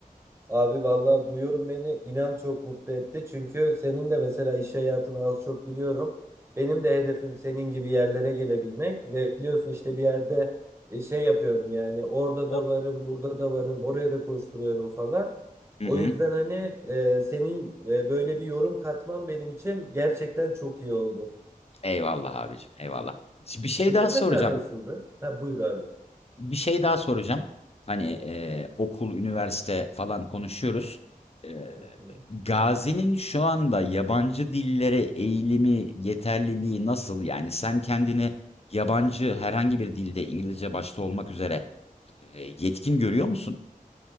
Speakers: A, on the right (about 20°); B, on the left (about 45°).
A: Abi vallahi bu yorum beni inan çok mutlu etti. Çünkü senin de mesela iş hayatını az çok biliyorum. Benim de hedefim senin gibi yerlere gelebilmek ve biliyorsun işte bir yerde e, şey yapıyorum yani orada
B: O-
A: da varım, burada da varım, oraya da koşturuyorum falan.
B: Hı
A: O
B: hı.
A: yüzden hani e, senin e, böyle bir yorum katman benim için gerçekten çok iyi oldu.
B: Eyvallah abicim, eyvallah. bir şey
A: Sizin
B: daha soracağım.
A: mesela nasıldı? Ha buyur abi.
B: Bir şey daha soracağım. Hani eee, okul, üniversite falan konuşuyoruz. Eee,
A: <laughs>
B: Gazi'nin şu anda yabancı dillere eğilimi, yeterliliği nasıl? Yani sen kendini yabancı herhangi bir dilde İngilizce başta olmak üzere eee, yetkin görüyor musun?